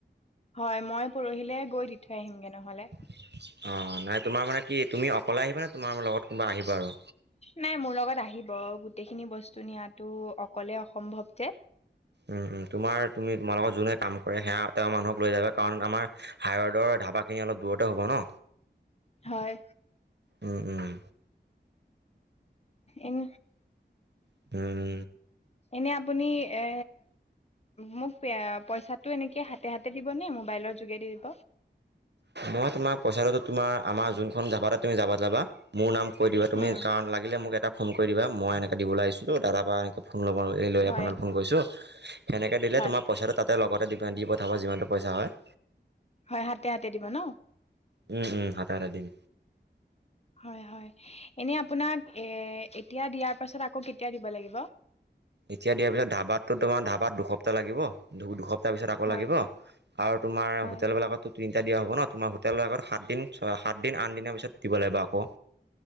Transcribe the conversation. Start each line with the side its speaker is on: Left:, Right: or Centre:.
Left: হয় মই পৰহিলে গৈ দি থৈ আহিমগৈ নহ'লে।
Right: অ নাই তোমাৰ মানে কি তুমি অকলে আহিবাানে তোমাৰ লগত কোনোবা আহিবা আৰু?
Left: নাই মোৰ লগত আহিব গোটেইখিনি বস্তু নিয়াতো অকলে অসম্ভৱ যে।
Right: উ উ তোমাৰ তুমি লগত যোনে কাম কৰে সেয়া তেওঁ মানুহক যাবা কাৰণ আমাৰ হাইৰইডৰ ধাবাখিনি অলপ দূৰতে হ'ব ন।
Left: হয়।
Right: উম উম।
Left: এন
Right: <inaudible>
Left: এনে আপুনি এ মোক পে পইচাটো এনেকে হাতে হাতে দিব নে মোবাইলৰ যোগেদি দিব?
Right: মই তোমাক পইচাটো তোমাৰ আমাৰ যোনখন ধাবা তুমি জাবাত যাবা মোৰ নাম কৈ দিবা তুমি
Left: উম
Right: কাৰণ লাগিলে মোক এটা ফোন কৰি দিবা, মই এনেকে দিবলৈ আহিছো দাদাৰ পৰা এনেকৈ ফোন ল'ব লৈ
Left: হয়
Right: আপোনালৈ ফোন কৰিছোঁ, সেনেকে দিলে
Left: হয়
Right: তোমাৰ পইচাটো তাতে লগতে দিপ দি পঠাব যিমানটো পইচা হয়।
Left: হয় হাতে হাতে দিব ন?
Right: উম উম হাতে হাতে দিম।
Left: হয় হয়। এনেই আপোনাক এ এতিয়া দিয়াৰ পাছত আকৌ কেতিয়া দিব লাগিব?
Right: এতিয়া দিয়াৰ পিছত ধাবাতো তোমাৰ ধাবাত দুসপ্তাহ লাগিব দুসপ্তাহ পিছত আকৌ
Left: হয়
Right: লাগিব আৰু তোমাৰ
Left: হয়
Right: হোটেলবলাকতো তিনিটা দিয়া হ'ব ন, তোমাৰ হোটেলৰ আগত সাতদিন ছয় সাতদিন আন দিনৰ পিছত দিব লাগিব আকৌ।